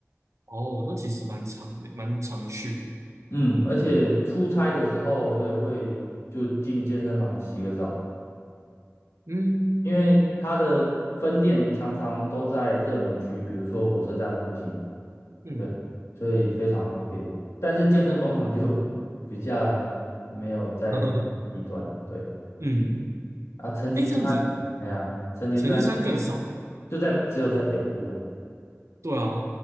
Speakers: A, on the right; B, on the left.
A: 哦，那其实蛮长的，蛮长续的。
B: 嗯，而且出差的时候我也会就进健身房洗个澡，
A: 嗯
B: 因为它的分店常常都在热门区，比如说火车站附近。
A: 嗯
B: 对，所以非常方便。但是健身工厂就 <laughs> 比较没有在低端了，
A: <laughs> 嗯
B: 对啊，
A: 嗯，
B: 啊，成吉思汗，
A: 诶，这样子
B: 哎呀，成吉思汗
A: 成绩山更少吧？
B: 就在只有在北部啊，
A: 对啊，